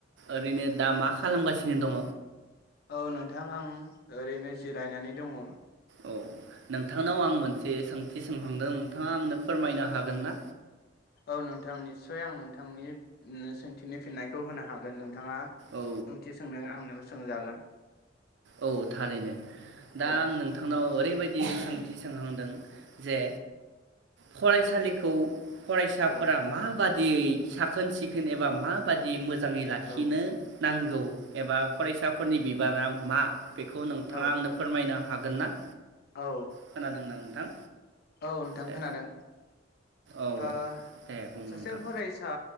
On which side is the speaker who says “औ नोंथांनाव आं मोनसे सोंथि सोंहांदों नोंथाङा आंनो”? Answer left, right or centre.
Right